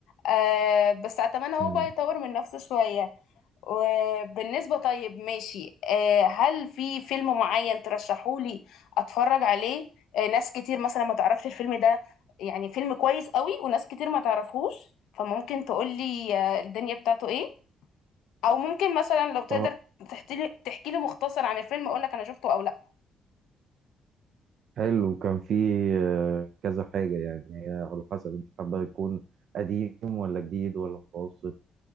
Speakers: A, on the left; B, on the right.
A: آه بس اتمنى هو
B: مم.
A: بقى يطور من نفسه شويه وبالنسبة طيب ماشي آه، هل في فيلم معين ترشحولي اتفرج عليه آه، ناس كتير مثلا ما تعرفش الفيلم ده يعني فيلم كويس قوي وناس كتير ما تعرفهوش فممكن تقولي آه، الدنيا بتاعته ايه او ممكن مثلا لو تقدر
B: اه
A: تحكي لي تحكي لي مختصر عن الفيلم اقول لك انا شفته او لا
B: حلو كان في آه، كذا حاجة يعني هي على حسب أنت حابة يكون قديم ولا جديد ولا متوسط